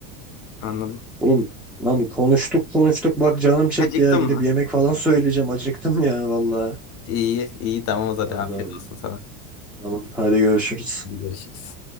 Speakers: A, on the left; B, in the centre.
A: Anladım.
B: Oğlum lan konuştuk konuştuk bak canım çekti
A: Acıktın
B: ya gidip
A: mı?
B: yemek falan söyleyeceğim acıktım ya valla.
A: İyi iyi tamam o zaman
B: Allah
A: afiyet
B: Allah.
A: olsun sana.
B: Tamam hadi görüşürüz.
A: Hadi görüşürüz.